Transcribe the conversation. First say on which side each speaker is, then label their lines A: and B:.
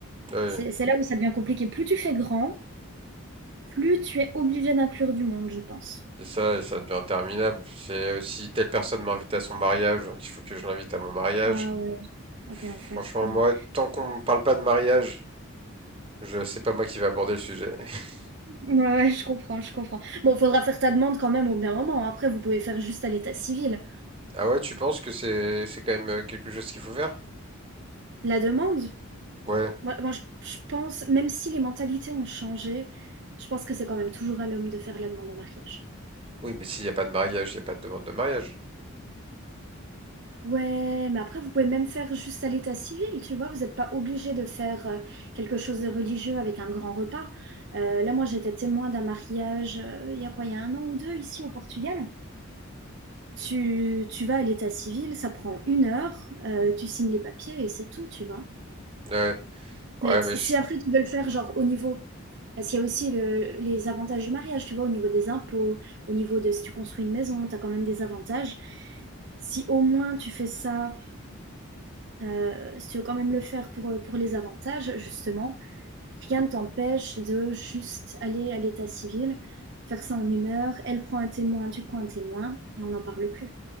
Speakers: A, on the right; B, on the right.
A: oui
B: C'est, c'est là où ça devient compliqué. Plus tu fais grand, plus tu es obligé d'inclure du monde, je pense.
A: c'est ça, et ça devient interminable. C'est aussi telle personne m'invite à son mariage, donc il faut que je l'invite à mon mariage.
B: Ah ouais, ok,
A: Franchement,
B: quel enfer, non.
A: moi, tant qu'on me parle pas de mariage, je c'est pas moi qui vais aborder le sujet. <laughs>
B: Ouais, ouais, je comprends, je comprends. Bon, faudra faire ta demande quand même au bien moment. Après, vous pouvez faire juste à l'état civil.
A: Ah ouais, tu penses que c'est c'est quand même euh, quelque chose qu'il faut faire?
B: La demande?
A: Ouais.
B: Moi, moi, je, je pense, même si les mentalités ont changé, je pense que c'est quand même toujours à l'homme de faire la demande en mariage.
A: Oui, mais s'il n'y a pas de mariage, il n'y a pas de demande de mariage.
B: Ouais, mais après, vous pouvez même faire juste à l'état civil, tu vois. Vous n'êtes pas obligé de faire euh, quelque chose de religieux avec un grand repas. Euh, là, moi, j'étais témoin d'un mariage, euh, il y a quoi, il y a un an ou deux, ici au Portugal. Tu, tu vas à l'état civil, ça prend une heure, euh, tu signes les papiers et c'est tout, tu vois.
A: Ouais. Ouais,
B: Mais
A: mais
B: si
A: je-
B: si après tu veux le faire genre au niveau parce qu'il y a aussi le- les avantages du mariage, tu vois, au niveau des impôts, au niveau de si tu construis une maison, tu as quand même des avantages. Si au moins tu fais ça, euh, si tu veux quand même le faire pour, euh, pour les avantages, justement, rien ne t'empêche de juste aller à l'état civil, faire ça en une heure, elle prend un témoin, tu prends un témoin, et on n'en parle plus.